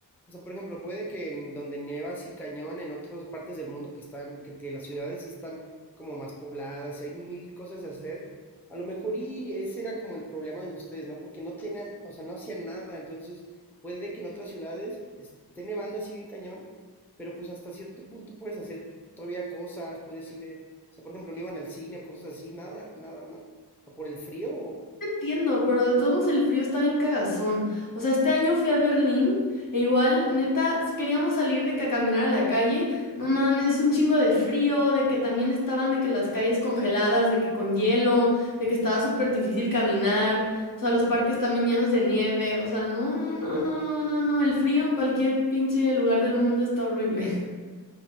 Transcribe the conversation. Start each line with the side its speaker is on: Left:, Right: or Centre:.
Centre: o sea, por ejemplo, puede que en donde nieva así cañón, en otras partes del mundo que están, que, que las ciudades sí están como más pobladas, y hay mil cosas a hacer, a lo mejor y ese era como el problema de ustedes, ¿no? Porque no tenían, o sea, no hacían nada, entonces puede que en otras ciudades esté nevando así bien cañón, pero pues hasta cierto punto puedes hacer todavía cosas, puedes ir, eh, o sea, por ejemplo, no iban al cine o cosas así, nada, nada, ¿no? O sea, por el frío
Left: Entiendo, pero de todos modos el frío está bien cagazón. O sea, este año fui a Berlín e igual, neta, s- queríamos salir de que a caminar a la calle. No mames, es un chingo de frío, de que también estaban de que las calles congeladas, de que con hielo, de que estaba súper difícil caminar. O sea, los parques también llenos de nieve. O sea, no, no, no, no, no, no, no. El frío en cualquier pinche lugar del mundo está horrible. <laughs>